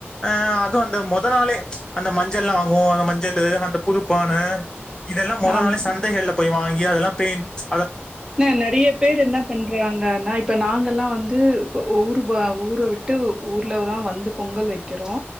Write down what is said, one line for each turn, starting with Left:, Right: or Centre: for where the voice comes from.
Left: அ அதுவு அந்த மொத நாளே அந்த மஞ்சள்லா வாங்குவோ அந்த மஞ்சளு அந்த புதுப்பான இதெல்லா மொத
Right: ஆமா.
Left: நாளே சந்தைகள்ல போய் வாங்கி அதெல்லா பெய்ன்ட்
Right: ன நெறைய பேரு என்ன பண்றாங்கன்னா இப்ப நாங்கல்லா வந்து ஊரு பா ஊர விட்டு ஊர்லதா வந்து பொங்கல் வெக்கிறோ